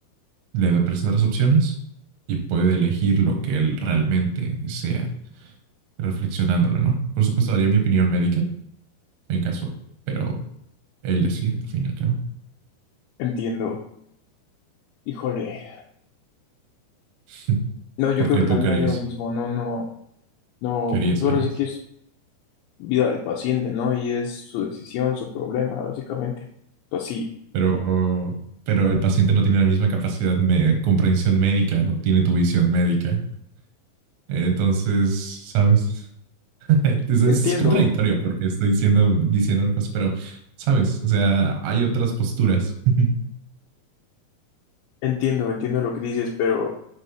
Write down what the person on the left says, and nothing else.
entiendo. Híjole,
no, yo
creo que
también
haría lo mismo, no, no, no,
pues ahora
sí que es vida del paciente, ¿no? Y es su decisión, su problema, básicamente. Pues sí,
entiendo,
entiendo, entiendo lo que dices, pero